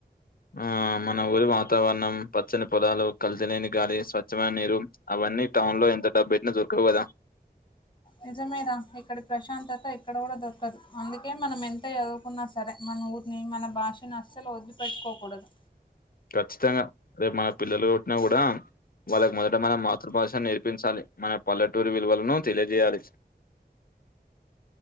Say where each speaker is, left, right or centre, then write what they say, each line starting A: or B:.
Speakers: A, on the left; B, on the left.
A: ఆ మన ఊరి వాతావరణం పచ్చని పొలాలు కలితిలేని గాలి స్వచ్ఛమైన నీరు అవన్నీ ఈ టౌన్ లో ఎంత డబ్బు పెట్టినా దొరకవు కదా
B: నిజమే రా ఇక్కడి ప్రశాంతత ఇక్కడ కూడా దొరకదు అందుకే మనం ఎంత చదువుకున్నా సరే మ మన ఊరిని మన భాషను అసలు వదిలిపెట్టుకోకూడదు
A: ఖచ్చితంగా రేపు మన పిల్లలు పుట్టినా కూడా వాళ్ళకి మొదట మన మాతృభాష నేర్పించాలి మన పల్లెటూరు విలువలను తెలియజేయాలి